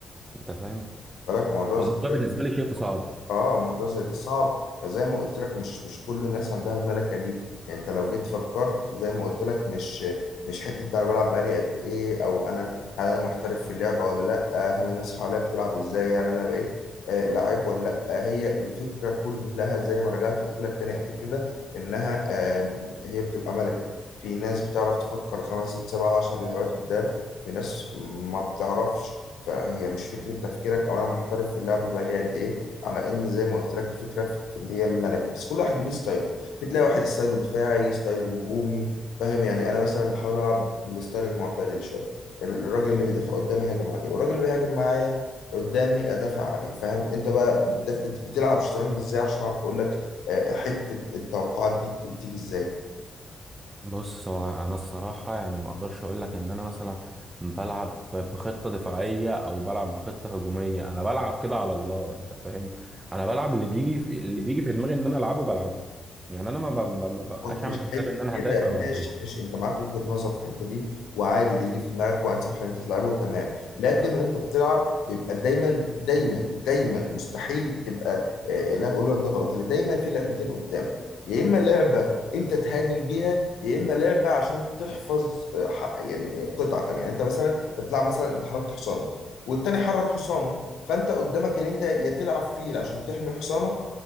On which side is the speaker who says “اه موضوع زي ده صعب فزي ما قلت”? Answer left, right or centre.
Left